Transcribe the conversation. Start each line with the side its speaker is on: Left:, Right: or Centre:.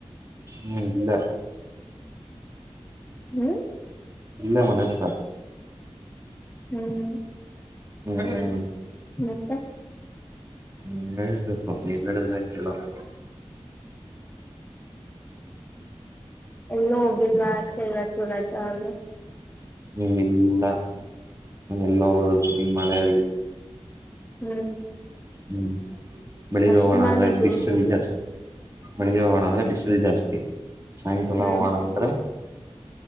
Right: ಹ್ಮ್ ಇಲ್ಲೇ
Left: ಹ್ಮ್
Right: ಇಲ್ಲೆ ಮನೆ ಹತ್ರ
Left: ಹ್ಮ್
Right: ಮ <unintelligible>
Left: ಮತ್ತೆ
Right: ಹ್ಮ್ ಹೇಳ್ಬೇಕು ನೀವ್ ಹೇಳುದ್ರೆ ಕೇಳದ
Left: ಎಲ್ಲೂ ಹೋಗಿಲ್ವಾ ಆಚೆ ಇವತ್ತು ರಾಜ ಅಲ್ವಾ
Right: ಹ್ಮ್ ಇಲ್ಲ ಎಲ್ ಹೋಗದು ಈ ಮಳೆಯಲ್ಲಿ
Left: ಹ್ಮ್
Right: ಹ್ಮ್ ಬೆಳಿಗ್ಗೆ
Left: ಅಷ್ಟ್
Right: ಹೋಗೋಣ
Left: ಮಳೆ
Right: ಅಂದ್ರೆ
Left: ಬೀಳ್ತಿದ್ಯಾ
Right: ಬಿಸಲು ಜಾಸ್ತಿ ಬೆಳಿಗ್ಗೆ ಹೋಗೋಣ ಅಂದ್ರೆ ಬಿಸಿಲು ಜಾಸ್ತಿ ಸಾಯಂಕಾಲ
Left: ಹ್ಮ್
Right: ಹೋಗೋಣ ಅಂದ್ರೆ